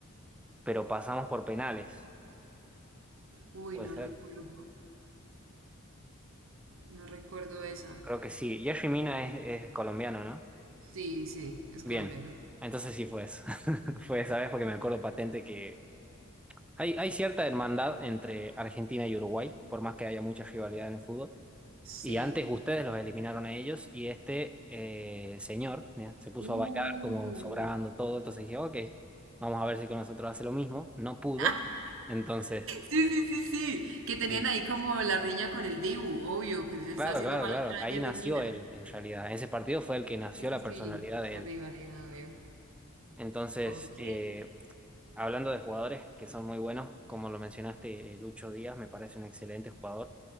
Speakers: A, in the centre; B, on the right.
A: pero pasamos por penales.
B: Uy,
A: Puede
B: no
A: ser.
B: recuerdo, no recuerdo esa.
A: Creo que sí. Jerry Mina es, es colombiano, ¿no?
B: Sí, sí, es
A: Bien.
B: colombiana.
A: Entonces sí fue eso. <laughs> Fue esa vez porque me acuerdo patente que hay, hay cierta hermandad entre Argentina y Uruguay, por más que haya mucha rivalidad en el fútbol.
B: Sí.
A: Y antes ustedes los eliminaron a ellos y este eh, señor ¿ya? se puso
B: Uh.
A: a bailar como sobrando todo. Entonces dije, ok, vamos a ver si con nosotros hace lo mismo. No pudo.
B: <laughs>
A: Entonces...
B: Sí, sí, sí, sí. Que tenían
A: Sí.
B: ahí como la riña con el Dibu, obvio, que le estaba
A: Claro,
B: haciendo
A: claro,
B: mala
A: claro.
B: cara
A: Ahí
B: a Jerry
A: nació
B: Mina.
A: él, en realidad. Ese partido fue el que nació
B: Sí, sí,
A: la
B: sí,
A: personalidad de
B: la
A: él.
B: rivalidad, veo.
A: Entonces,
B: Ok,
A: eh, hablando de jugadores que son muy buenos, como lo mencionaste, eh, Lucho Díaz me parece un excelente jugador,